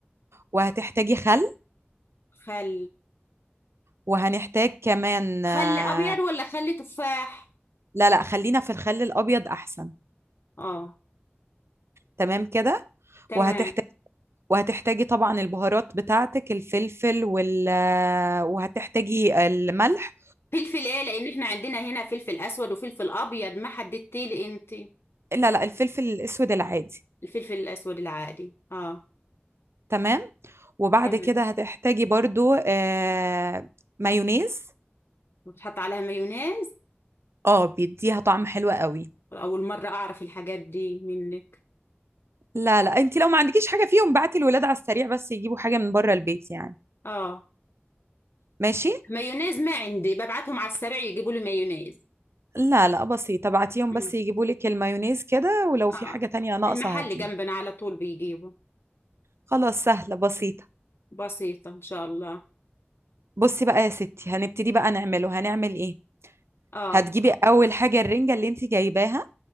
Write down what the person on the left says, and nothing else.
خل
خل
ابيض ولا خل تفاح
اه
تمام
فلفل ايه لان احنا عندنا هنا فلفل اسود وفلفل ابيض ما حددتي لي انت
الفلفل الاسود العادي اه
تمام
وبتحط عليها مايونيز
اول مره اعرف الحاجات دي منك
اه
مايونيز ما عندي ببعتهم على السريع يجيبوا لي مايونيز
مم.
اه
المحل
جنبنا على طول بيجيبوا
بسيطة إن شاء الله
آه